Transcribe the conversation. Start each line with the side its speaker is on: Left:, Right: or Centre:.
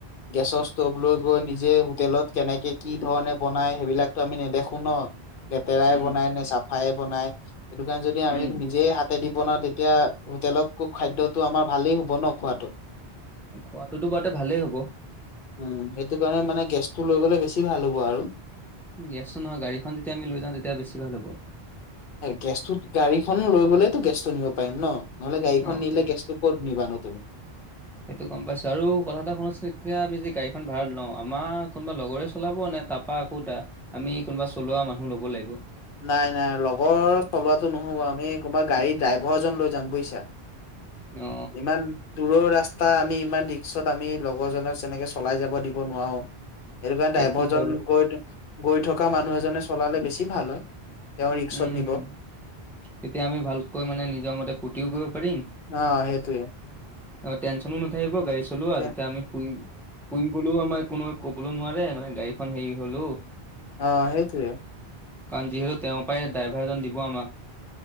Left: গেছৰ ষ্টভ লৈ গৈ নিজে হোটেলত কেনেকে কি ধৰণে বনাই সেইবিলাকো আমি নেদেখো ন? লেতেৰাই
Centre: উম
Left: বনাই নে চাফাই বনাই সেইটো কাৰণে যদি আমি
Centre: উম
Left: নিজে হা তাতে দি বনাও তেতিয়া হোটেলতো খাদ্যটো আমাৰ ভালেই হ'ব ন খোৱাটো।
Centre: খোৱাটো ত বাৰুতে ভালেই হ'ব।
Left: উম সেইটো কাৰণে মানে গেছটো লৈ গলে বেছি ভাল হ'ব আৰু।
Centre: গেছো নহয় গাড়ীখন যেতিয়া আমি লৈ যাওঁ তেতিয়া বেছি ভাল হ'ব।
Left: গেছটোত গাড়ীখন লৈ গলেতো গেছটো নিব পাৰিম ন? নহ'লে গাড়ীখন
Centre: অ
Left: নিলে
Centre: অ,
Left: গেছটো ক'ত নিবানো তুমি।
Centre: সেইটো গম পাইছো আৰু কথা এটা শুনাচোন এতিয়া আমি যে গাড়ীখন ভাড়াত লওঁ, আমাৰ কোনোবা লগৰে চলাব নে তাৰপা আকৌ দা আমি কোনোবা চলোৱা মানুহ ল'ব লাগিব।
Left: নাই নাই লগৰ চলোৱাটো নহ'ব আমি কোনোবা গাড়ী ড্ৰাইভৰজন লৈ যাম বুজিছা?
Centre: অ
Left: ইমান দূৰৰ ৰাস টা আমি ইমান ৰিক্সত আমি লগৰজনক তেনেকে চলাই যাব দিব নোৱাৰো। সেইটো কাৰনে
Centre: সেইটো
Left: ড্ৰাইভাৰজন
Centre: হয় বাৰু
Left: গৈ গৈ থকা মানুহ এজনে চলালে বেছি ভাল হয়। তেওঁ ৰিক্সত
Centre: উম,
Left: নিব।
Centre: তেতিয়া আমি ভালকৈ মানে নিজৰ মতে ফূৰ্তিও কৰিব পাৰিম
Left: অ সেইটোৱে।
Centre: টেনশ্যনো নাথাকিব গাড়ী চলোৱা
Left: অ',
Centre: তেতিয়া আমি শুই শুই গলেও আমাৰ কোনো ক'বলৈ নোৱাৰে মানে গাড়ীখন হেৰি হলো
Left: অ সেইটোৱে।
Centre: কাৰণ যিহেতু তেওঁ পাই ড্ৰাইভাৰজন দিব আমাক।